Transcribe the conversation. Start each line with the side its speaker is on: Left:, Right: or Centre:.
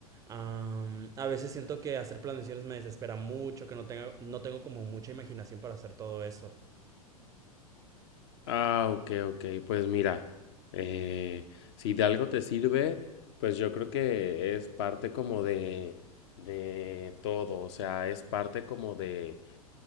Right: am, a veces siento que hacer planeaciones me desespera mucho, que no tengo, no tengo como mucha imaginación para hacer todo eso.
Left: Ah, ok, ok. Pues mira, eh, si de algo te sirve, pues yo creo que es parte como de, de todo. O sea, es parte como de,